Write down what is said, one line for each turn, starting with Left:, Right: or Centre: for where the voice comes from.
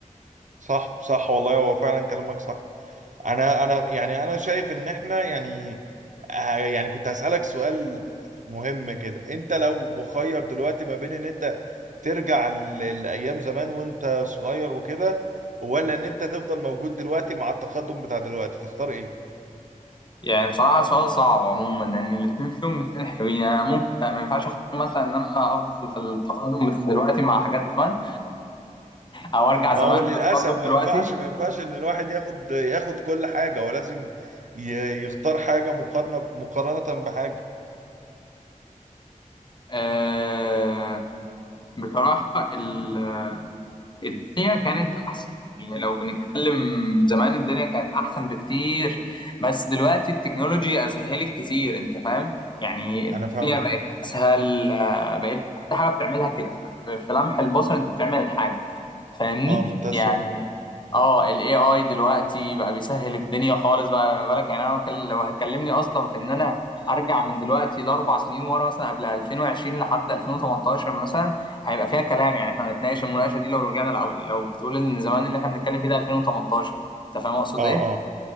Right: صح صح والله هو فعلا كلامك صح انا انا يعني انا شايف ان احنا يعني ه- يعني كنت هسألك سؤال مهم كده انت لو مخير دلوقتي ما بين ان انت ترجع ل- لأيام زمان وانت صغير وكده ولا ان انت تفضل موجود دلوقتي مع التقدم بتاع دلوقتي تختار ايه
Left: يعني بصراحة سؤال صعب عموما لأن الاتنين فيهم مستين حلوين أنا ممكن ما ينفعش أختار مثلا إن أنا أفضل في التقدم بتاع دلوقتي مع حاجات زمان أو أرجع
Right: ما
Left: زمان
Right: هو للأسف
Left: بتقدم
Right: ما
Left: دلوقتي
Right: ينفعش ما ينفعش ان الواحد ياخد ياخد كل حاجة هو لازم ي- يختار حاجة مقارنة مقارنة بحاجة
Left: أه بصراحة ال- الدنيا كانت أحسن يعني لو بنتكلم زمان الدنيا كانت أحسن بكتير بس دلوقتي التكنولوجيا أسهلت كتير أنت فاهم يعني الدنيا
Right: انا فاهمك
Left: بقت أسهل آه، بقت كل حاجة بتعملها كده في في- في لمح البصر أنت بتعمل الحاجة فاهمني
Right: اه بمنتهى
Left: يعني
Right: السهولة
Left: اه ال AI دلوقتي بقى بيسهل الدنيا خالص بقى ما بالك يعني انا كل- لو هتكلمني اصلا في ان انا ارجع من دلوقتي لاربع سنين ورا مثلا قبل 2020 لحد 2018 مثلا هيبقى فيها كلام يعني احنا هنتناقش المناقشه دي لو رجعنا لو, لو بتقول ان زمان اللي احنا بنتكلم فيه ده 2018 انت فاهم اقصد
Right: اه
Left: ايه؟
Right: اه